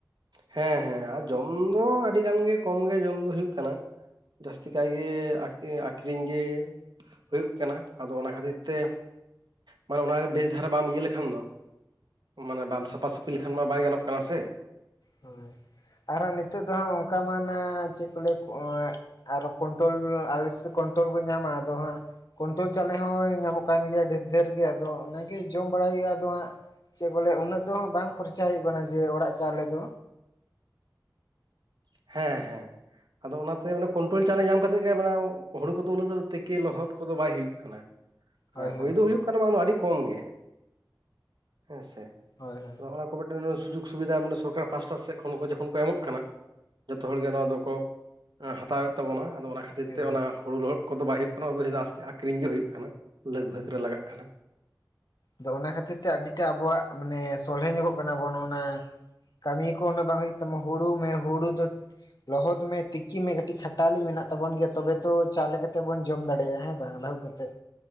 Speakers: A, on the right; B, on the left.
A: ᱦᱮᱸ ᱦᱮᱸ ᱟᱨ ᱡᱚᱢ ᱫᱚ ᱟᱹᱰᱤ ᱜᱟᱱ ᱜᱮ ᱠᱚᱢ ᱜᱮ ᱡᱚᱢ ᱫᱚ ᱦᱩᱭᱩᱜ ᱠᱟᱱᱟ᱾ ᱡᱟᱹᱥᱛᱤ ᱠᱟᱭᱜ ᱜᱮ ᱟᱠᱷᱨᱤᱧ ᱜᱮ ᱦᱩᱭᱩᱜ ᱠᱟᱱᱟ ᱟᱫᱚ ᱚᱱᱟ
B: ᱦᱳᱭ
A: ᱠᱷᱟᱹᱛᱤᱨ᱾ ᱛᱮ ᱢᱟᱱᱮ ᱚᱱᱟ ᱵᱮᱥ ᱫᱷᱟᱨᱟ ᱵᱟᱢ ᱤᱭᱟᱹ ᱞᱮᱠᱷᱟᱱ ᱫᱚ ᱢᱟᱱᱮ
B: ᱦᱳᱭ
A: ᱵᱟᱢ ᱥᱟᱯᱷᱟ ᱥᱟᱯ᱾ ᱯᱤᱞᱮ ᱠᱷᱟᱱ ᱢᱟ ᱵᱟᱭ ᱜᱟᱱᱚᱜ ᱠᱟᱱᱟ ᱥᱮ᱾
B: ᱦᱸ ᱟᱨ ᱱᱤᱛᱳᱜ ᱫᱚ ᱦᱟᱸᱜ ᱚᱱᱠᱟ ᱢᱟᱱᱟ ᱪᱮᱫ ᱠᱚ ᱞᱟᱹ? ᱟᱨᱚ ᱠᱚᱱᱴᱨᱳᱞ ᱟᱞᱮᱥ ᱠᱚᱱᱴᱨᱳᱞ ᱠᱚ ᱧᱟᱢᱟ ᱟᱫᱚ ᱦᱟᱸᱜ᱾ ᱠᱚᱱᱴᱨᱳᱞ ᱪᱟᱣᱞᱮ ᱦᱚᱸ ᱧᱟᱢᱚᱜ ᱠᱟᱱ ᱜᱮᱭᱟ ᱰᱷᱮᱨ ᱰᱷᱮᱨ ᱜᱮ ᱟᱫᱚ ᱚᱱᱟᱜᱮ ᱡᱚᱢ ᱵᱟᱲᱟᱭ ᱦᱩᱭᱩᱜᱼᱟ ᱟᱫᱚ ᱦᱟᱸᱜ᱾ ᱪᱮᱫ ᱠᱚᱞᱭᱟ ᱩᱱᱟᱹᱜ ᱫᱚ ᱵᱟᱝ ᱠᱷᱚᱨᱪᱟ ᱦᱩᱭᱩᱜ ᱠᱟᱱᱟ ᱡᱮ ᱚᱲᱟᱜ ᱪᱟᱣᱞᱮ ᱫᱚ᱾
A: ᱦᱮᱸ ᱦᱮᱸ᱾ ᱟᱫᱚ ᱚᱱᱟᱛᱮ ᱢᱟᱱᱮ ᱠᱚᱱᱴᱨᱳᱞ ᱪᱟᱣᱞᱮ ᱧᱟᱢ ᱠᱟᱛᱮᱜ ᱜᱮ ᱢᱟᱱᱮ ᱦᱩᱲᱩ ᱠᱚᱫᱚ ᱩᱱᱟᱹᱜ ᱫᱚ ᱛᱤᱠᱮ ᱞᱚᱦᱚᱫ ᱠᱚᱫᱚ ᱵᱟᱭ ᱦᱩᱭᱩᱜ ᱠᱟᱱᱟ᱾ <inaudible>
B: ᱦᱳᱭ
A: ᱦᱮᱭ
B: ᱦᱳᱭ
A: ᱦᱩᱭ ᱫᱚ ᱦᱩᱭᱩᱜ ᱠᱟᱱᱟ ᱵᱟᱝ ᱫᱚ ᱟᱹᱰᱤ ᱠᱚᱢ ᱜᱮ ᱦᱮᱸᱥ
B: ᱦᱳᱭ ᱦᱳᱭ
A: ᱟᱫᱚ ᱚᱱᱟ᱾ ᱢᱤᱫᱮᱱ ᱥᱩᱡᱳᱜᱽ ᱥᱩᱵᱤᱫᱷᱟ ᱢᱤᱫᱮᱱ ᱥᱚᱨᱠᱟᱨ ᱯᱟᱥᱴᱟ ᱥᱮᱫ ᱠᱷᱚᱱ ᱠᱚ ᱡᱚᱠᱷᱚᱱ ᱠᱚ ᱮᱢᱚᱜ ᱠᱟᱱᱟ᱾ ᱡᱚᱛᱚ ᱦᱚᱲ ᱜᱮ ᱱᱚᱣᱟ ᱫᱚᱠᱚ ᱦᱟᱛᱟᱣᱮᱫ ᱛᱟᱵᱚᱱᱟ ᱟᱫᱚ ᱚᱱᱟ ᱠᱷᱟᱹᱛᱤᱨ
B: ᱮᱠᱫᱚᱢ
A: ᱛᱮ ᱚᱱᱟ ᱦᱩᱲᱩ ᱞᱚᱦᱚᱫ᱾ ᱠᱚᱫᱚ ᱵᱟᱭ ᱦᱩᱭᱩᱜ ᱠᱟᱱᱟ ᱚᱱᱟ ᱫᱚ ᱟᱥᱛᱤ ᱟᱠᱷᱨᱤᱧ ᱜᱮ ᱦᱩᱭᱩᱜ ᱠᱟᱱᱟ ᱞᱟᱜᱽ
B: ᱦᱩᱸ
A: ᱵᱷᱟᱜᱽ ᱨᱮ ᱞᱟᱜᱟᱜ ᱠᱟᱱᱟ᱾
B: ᱟᱫᱚ ᱚᱱᱟ ᱠᱷᱟᱹᱛᱤᱨ ᱛᱮ ᱟᱹᱰᱤᱴᱟ ᱟᱵᱚᱣᱟᱜ ᱢᱟᱱᱮ ᱥᱚᱞᱦᱮ ᱧᱚᱜᱚᱜ ᱠᱟᱱᱟ ᱵᱚᱱ ᱚᱱᱟ᱾ ᱠᱟᱹᱢᱤ ᱠᱚ ᱚᱱᱟ ᱵᱟᱝ ᱦᱩᱭᱩᱜ ᱛᱟᱢᱟ ᱦᱩᱲᱩ ᱢᱮ ᱦᱩᱲᱩ ᱫᱚ᱾ ᱞᱚᱦᱚᱫ ᱢᱮ ᱛᱤᱠᱤ ᱢᱮ ᱠᱟᱹᱴᱤᱡ ᱠᱷᱟᱴᱟᱞᱤ ᱢᱮᱱᱟᱜ ᱛᱟᱵᱚᱱ ᱜᱮᱭᱟ ᱛᱚᱵᱮ ᱛᱚ ᱪᱟ ᱠᱟᱛᱮ ᱵᱚᱱ ᱡᱚᱢ ᱫᱟᱲᱮᱭᱟᱜᱼᱟ ᱦᱮᱸ᱾ ᱵᱟᱝᱞᱟᱣ ᱠᱟᱛᱮᱫ?